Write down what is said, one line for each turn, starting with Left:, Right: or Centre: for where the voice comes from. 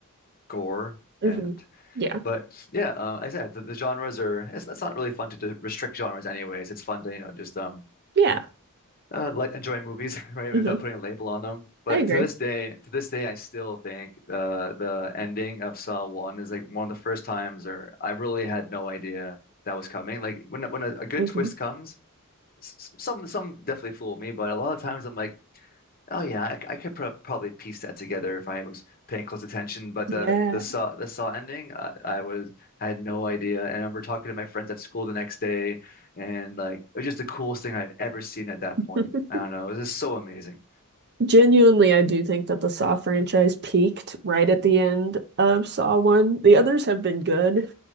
Left: gore
Right: hmm
Left: and
Right: Yeah.
Left: But yeah, uh, like I said the, the genres are. It's, it's not really fun to, to restrict genres, anyways. It's fun to you know just um
Right: Yeah.
Left: uh, like enjoy movies, <laughs> right,
Right: hmm
Left: without putting a label on them. But
Right: I agree.
Left: to this day, to this day, I still think uh, the ending of Saw One is like one of the first times, or I really had no idea that was coming. Like when when a, a good
Right: hmm
Left: twist comes, s- s- some some definitely fool me, but a lot of times I'm like. Oh yeah, I, I could pro probably piece that together if I was paying close attention. But
Right: Yeah.
Left: the the saw the saw ending, I, I was I had no idea. And I remember talking to my friends at school the next day, and like it was just the coolest thing I'd ever seen at that
Right: <laughs>
Left: point. I don't know, it was just so amazing.
Right: Genuinely, I do think that the Saw franchise peaked right at the end of Saw 1. The others have been good,